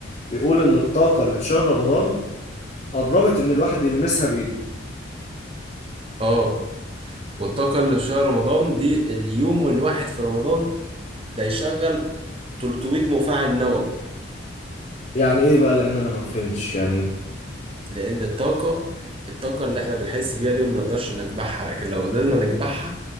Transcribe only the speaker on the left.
بيقول إن الطاقة اللي في شهر رمضان قربت إن الواحد يلمسها بإيده
يعني إيه بقى لأن أنا ما فهمتش يعني إيه